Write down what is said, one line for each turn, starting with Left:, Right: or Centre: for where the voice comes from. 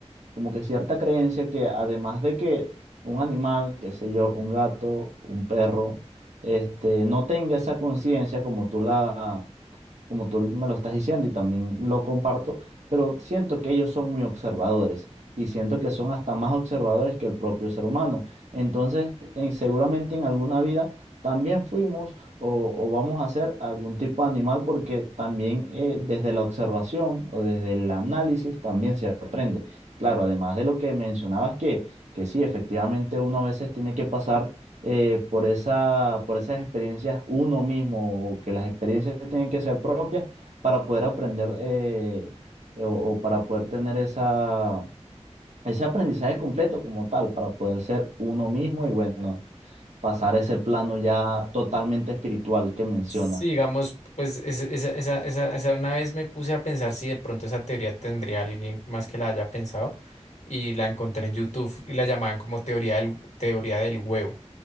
Right: como que cierta creencia que además de que un animal, qué sé yo, un gato, un perro, este, no tenga esa conciencia como tú la, como tú me lo estás diciendo y también lo comparto, pero siento que ellos son muy observadores y siento que son hasta más observadores que el propio ser humano. Entonces, en- seguramente en alguna vida también fuimos o, o vamos a ser algún tipo de animal porque también eh, desde la observación o desde el análisis también se aprende. Claro, además de lo que mencionabas que, que sí, efectivamente uno a veces tiene que pasar eh, por esa, por esas experiencias uno mismo, o que las experiencias tienen que ser propias para poder aprender eh, eh, o, o para poder tener esa, ese aprendizaje completo como tal, para poder ser uno mismo y bueno, pasar ese plano ya totalmente espiritual que menciona.
Left: Sí, digamos, pues es- esa, esa, esa, esa- una vez me puse a pensar si de pronto esa teoría tendría alguien más que la haya pensado y la encontré en YouTube y la llamaban como teoría del, teoría del huevo.